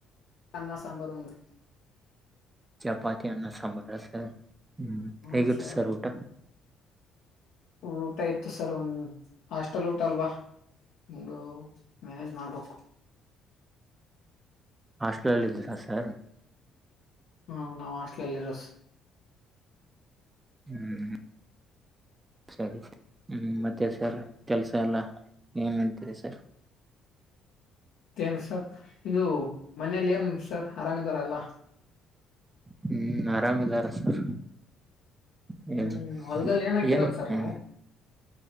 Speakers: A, on the left; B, on the right.
A: ಅನ್ನ ಸಾಂಬಾರ್ ಉಂಡು
B: ಚಪಾತಿ ಅನ್ನ ಸಾಂಬಾರ ಸರ್ ಹ್ಮ್
A: ಹ್ಮ
B: ಹೇಗಿತ್ತು
A: ಸರ್
B: ಊಟ
A: ಊಟ ಇತು ಸರ್ ಒಂದ ಹಾಸ್ಟೆಲ್ ಊಟ ಅಲ್ವಾ ಹಂಗು ಮ್ಯಾನೇಜ್ ಮಾಡ್ಬೇಕು
B: ಹಾಸ್ಟೆಲ್ಲ್ಲಿ ಇದ್ದೀರಾ ಸರ್
A: ಹಾ ನಾವು ಹಾಸ್ಟ್ಲಲ್ಲಿರೋಸ
B: ಹ್ಮ್ ಸರಿ ಹ್ಮ್ ಮತ್ತೆ ಸರ್ ಕೆಲ್ಸ ಎಲ್ಲ ಏನ್ ಮಾಡ್ತಿದೆ ಸರ್
A: ೇನ್ ಸರ್ ಇದು ಮನೇೆಯಲ್ಲಿ ಏನ್ ಸರ್ ಆರಾಮ ರಲ್ಲ
B: ಹ್ಮ್ ಆರಾಮಿಲ್ಲಾರ ಸರ್ ಹ್ಮ
A: ಹ್ಮ್ ಹೊಲ್ದಲ್ಲಿ ಏನ್ ಹಾಕಿರೋದ್
B: ಏನ್್ಮ
A: ಸರ್ ನೀವು